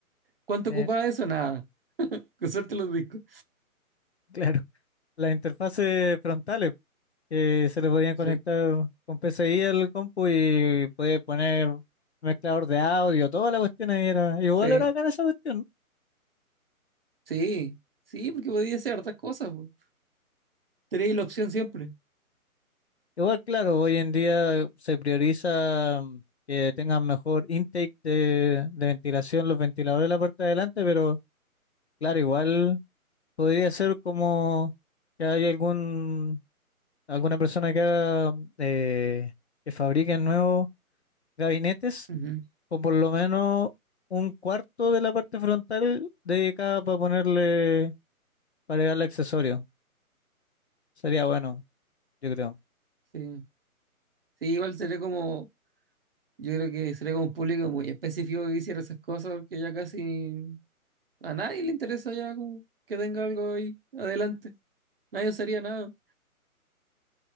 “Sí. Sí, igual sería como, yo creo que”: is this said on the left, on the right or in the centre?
Right